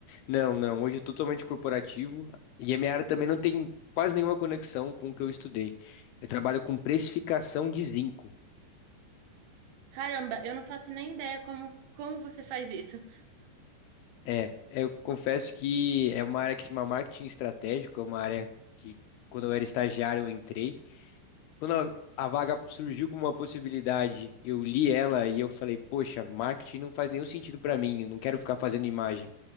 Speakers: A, on the left (about 80°); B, on the right (about 70°).
A: Não, não, hoje eu tô totalmente corporativo, e a minha área também não tem quase nenhuma conexão com o que eu estudei. Eu trabalho com precificação de zinco.
B: Caramba, eu não faço nem ideia como, como você faz isso.
A: É, eu confesso que é uma área que chama marketing estratégico, é uma área
B: Uhum.
A: que quando eu era estagiário eu entrei, quando a, a vaga surgiu como uma possibilidade, eu li ela e eu falei, poxa, marketing não faz nenhum sentido para mim, eu não quero ficar fazendo imagem.